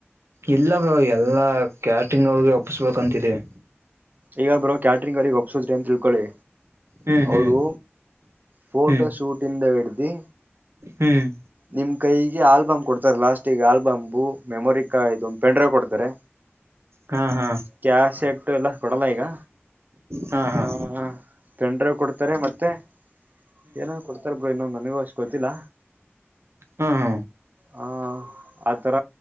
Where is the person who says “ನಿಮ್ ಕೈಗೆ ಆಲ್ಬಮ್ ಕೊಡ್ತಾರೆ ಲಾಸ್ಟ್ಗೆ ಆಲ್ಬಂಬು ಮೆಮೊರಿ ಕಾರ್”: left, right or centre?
Right